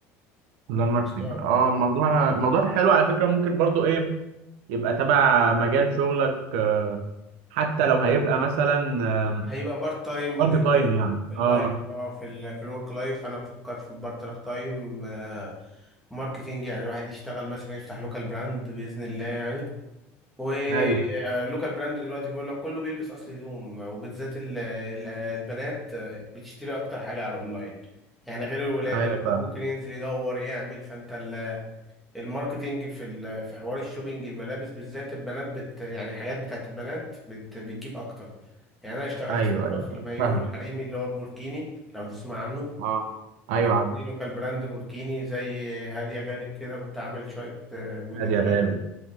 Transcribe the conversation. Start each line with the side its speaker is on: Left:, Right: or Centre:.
Right: اونلاين ماركتنج
Centre: تمام
Right: اه الموضوع الموضوع حلو على فكره ممكن برضو ايه يبقى تبع مجال شغلك آه، حتى لو هيبقى مثلا آه،
Centre: هيبقى بارت تايم
Right: بارت
Centre: ل-
Right: تايم يعني
Centre: في اللايف
Right: اه
Centre: اه في ال في الورك لايف انا بفكر في بارت تايم آه، ماركتينج يعني الواحد يشتغل مثلا يفتح لوكال براند بإذن الله يعني واللوكال
Right: ايوه
Centre: براند دلوقتي بيقول لك كله بيلبس اصل هدوم وبالذات ال- ال- البنات آه، بتشتري اكتر حاجة على الاونلاين يعني غير الولاد
Right: ايوه
Centre: الولد
Right: فاهم
Centre: ممكن ينزل يدور يعمل فانت الماركتينج في ال- في حوار الشوبينج الملابس بالذات البنات بت يعني الحاجات بتاعت البنات بت بتجيب اكتر يعني انا اشتغلت
Right: ايوه
Centre: فتره
Right: ايوه
Centre: في المايو
Right: فاهم
Centre: الحريمي اللي هو البوركيني لو تسمع عنه
Right: اه ايوه
Centre: كان
Right: عارف
Centre: عندي لوكال براند بوركيني زي هاديه غالب كده كنت عامل شويه آه، موديلات
Right: عادي يا غالب